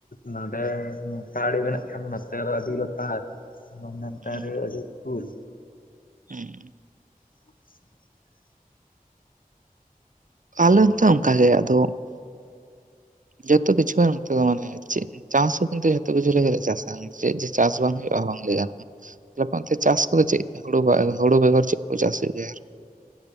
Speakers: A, on the left; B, on the right.
A: ᱱᱚᱰᱮ ᱢᱚᱥᱟᱲᱤ ᱢᱮᱱᱟᱜ ᱠᱷᱟᱱ ᱱᱚᱛᱮ ᱟᱹᱰᱤ ᱞᱚᱛᱟ ᱱᱮᱛᱟᱨ
B: ᱦᱩᱸ
A: ᱨᱮ ᱟᱹᱰᱤ ᱩᱞ
B: ᱦᱮᱸ
A: ᱪᱮᱫ ᱦᱚᱸ ᱵᱟᱝ ᱟᱸᱡᱚᱢ ᱴᱷᱤᱠᱟᱹᱜ ᱠᱟᱱᱟ
B: ᱟᱞᱮ ᱛᱚ ᱚᱱᱠᱟ ᱜᱮ ᱟᱫᱚ ᱡᱚᱛᱚ ᱠᱤᱪᱩ ᱱᱚᱛᱮ ᱫᱚ ᱢᱟᱱᱮ ᱪᱟᱥ ᱦᱚᱸ ᱠᱤᱱᱛᱩ ᱡᱚᱛᱚ ᱠᱤᱪᱷᱩ ᱞᱮ ᱪᱟᱥ ᱪᱮᱫ ᱡᱮ ᱪᱟᱥ ᱵᱟᱝ ᱦᱩᱭᱩᱜᱼᱟ ᱵᱟᱝ ᱞᱟᱹᱭ ᱜᱟᱱᱚᱜᱼᱟᱯᱚᱱ ᱪᱟᱥ ᱠᱚᱫᱚ ᱪᱮᱫ ᱦᱳᱲᱳ ᱵᱟᱝ ᱦᱳᱲᱳ ᱵᱮᱜᱚᱨ ᱪᱮᱫ ᱠᱚ ᱪᱟᱥ ᱦᱩᱭᱩᱜ ᱜᱮᱭᱟ ᱟᱨ